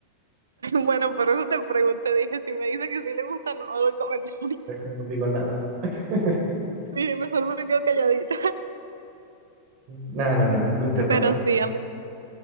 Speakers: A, on the right (about 70°); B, on the right (about 40°).
A: Bueno, por eso te pregunté, dije, si me dice que sí le gusta, no hago el comentario.
B: Deja, No digo nada. <laughs>
A: <laughs> Sí, mejor me quedo calladita.
B: No, no, no, Twitter no
A: Pero
B: me gusta.
A: sí, a mí-